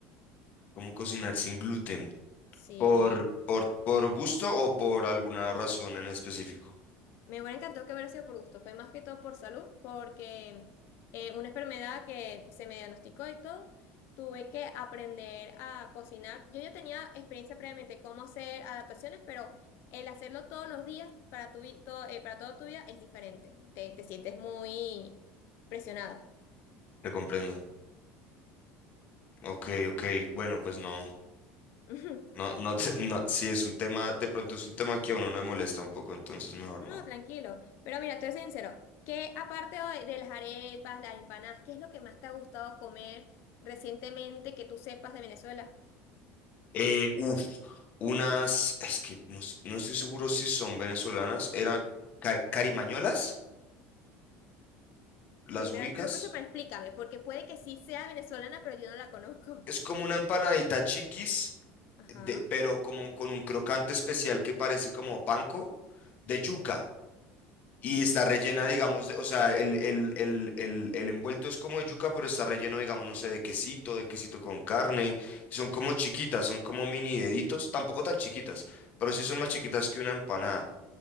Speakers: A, on the left; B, on the left.
A: ¿Cómo cocinar sin gluten?
B: Sí.
A: ¿Por, por, por gusto o por alguna razón en específico?
B: Me hubiera encantado que hubiera sido por gusto, fue más que todo por salud, porque eh, una enfermedad que se me diagnosticó y todo, tuve que aprender a cocinar. Yo ya tenía experiencia previamente cómo hacer adaptaciones, pero el hacerlo todos los días para tu, vi- todo, eh, para toda tu vida es diferente. Te, te sientes muy presionada.
A: Te comprendo. Ok, ok. Bueno, pues no.
B: <laughs> Ujú.
A: No, no, te- no. Si es un tema, de pronto es un tema que a uno no le molesta un poco, entonces mejor
B: No,
A: no.
B: tranquilo. Pero mira, te soy sincero, que aparte de de las arepas, las empanadas, qué es lo que más te ha gustado comer recientemente que tú sepas de Venezuela?
A: Eh, uf, unas, es que no, s- no estoy seguro si son venezolanas, eran ca- carimañolas, ¿las
B: Primera
A: ubicas?
B: vez que lo escucho, pero explícame, porque puede que sí sea venezolana, pero yo no la conozco.
A: Es como una empanadita chiquis,
B: Ajá.
A: de, pero como con un crocante especial que parece como panko, de yuca. Y está rellena, digamos, de- o sea, el, el, el, el, el envuelto es como de yuca, pero está relleno, digamos, no sé, de quesito, de quesito con carne. Son como chiquitas, son como mini deditos, tampoco tan chiquitas, pero sí son más chiquitas que una empanada.